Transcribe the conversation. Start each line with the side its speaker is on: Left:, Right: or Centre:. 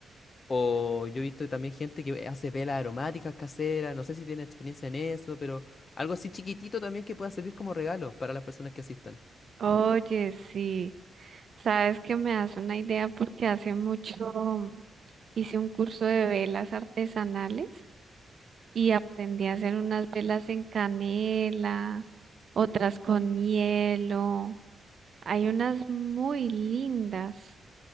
Left: o yo he visto también gente que hace velas aromáticas caseras, no sé si tiene experiencia en eso, pero algo así chiquitito también que pueda servir como regalo para las personas que asistan.
Right: Oye, sí. Sabes que me das una idea porque hace mucho hice un curso de velas artesanales y aprendí a hacer unas velas en canela, otras con hielo. Hay unas muy lindas.